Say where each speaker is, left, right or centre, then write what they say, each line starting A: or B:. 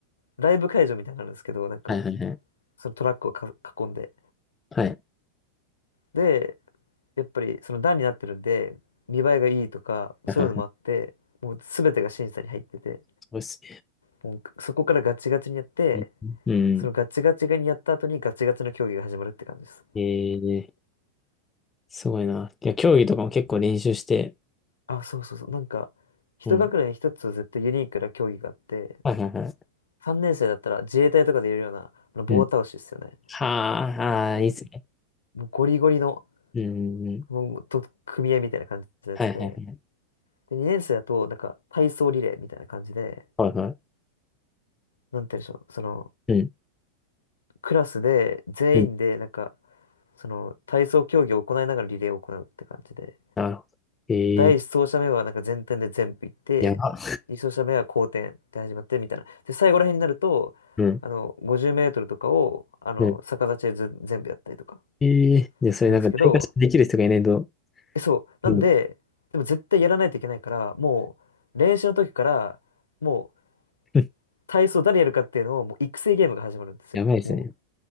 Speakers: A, on the left (about 70°); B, on the left (about 15°).
A: ライブ会場みたいになるんですけど、なんか、
B: はい、はい、はい。
A: そのトラックをか囲んで。
B: はい。
A: で、やっぱりその段になってるんで、見栄えがいいとか、
B: はいはいはい
A: そういうのもあって、もう全てが審査に入ってて、
B: そうです
A: もうそこからガチガチにやって、
B: ね。うん。
A: そのガチガチにやった後にガチガチの競技が始まるって感じです。
B: えー、すごいな。いや、競技とかも結構練習して、
A: あ、そうそうそう。なんか、一学年に一つ絶対ユニークな競技があって、
B: うん。はいはいは
A: 3年生だったら自衛隊とかでいるような、あの棒倒しですよね。
B: い。うん。はあ、
A: も
B: あーいいっすね。
A: う、もうゴリゴリの、
B: うん。うん
A: もう、と、組合みたいな感じのやつで。
B: はいはいはい。
A: で、2年生だと、なんか、体操リレーみたいな感じで、
B: はいはい。
A: なんて言うんでしょう、その、
B: うん。
A: クラスで、全員で、
B: うん。
A: なんか、その、体操競技を行いながらリレーを行うって感じで。
B: なるほど。えー、
A: 第一走者目は、なんか全体で全部行って、
B: やば。
A: 2走者目は後転で始まって、みたいな。で、最後ら辺になると、
B: うん。
A: あの、50メートルとかを、あの、
B: うん。
A: 逆立ちでず全部やったりとか
B: えー、で、それなんか体感できる人がいないと、
A: するんですけど、えそう。なんで、
B: うん。
A: でも絶対やらないといけないから、もう練習の時から、もう
B: <laughs>
A: 体操誰やるかっていうのを、もう育成ゲームが始まるんですよ。
B: やばいですね。
A: もう、